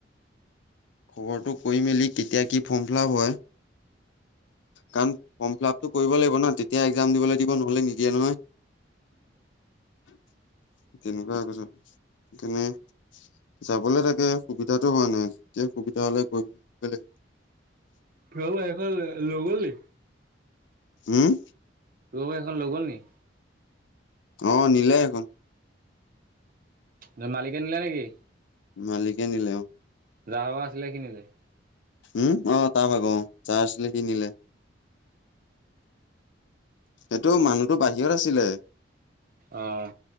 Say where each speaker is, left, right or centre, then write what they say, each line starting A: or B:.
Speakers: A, on the left (about 70°); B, on the right (about 50°).
A: খবৰটো কৰি মেলি কেতিয়া কি ফৰ্ম ফিলপ হয় কাৰণ ফৰ্ম ফিলাপটো কৰিব লাগিব ন, তেতিয়া এক্সাম দিবলৈ দিব নহলে নিদিয়ে নহয়। তেনেকুৱা হৈ গৈছে, সেইকাৰণে যাবলে তাকে সুবিধাটো হোৱা নাই যেতিয়া সুবিধা হলে গৈ পেলাই
B: ফিলাপ শেষ হল নগলি?
A: হম?
B: তোৰ এখন লৈ গল নি?
A: অ নিলে এখন।
B: নে মালিকে নিলে নেকি?
A: মালিকে নিলে অঁ।
B: যাৰ আছিলে সি নিলে?
A: উম অ তাৰ ভাগ অ, যাৰ আছিলে সি নিলে। সেইটো মানুহতো বাহিৰত আছিলে।
B: অহ।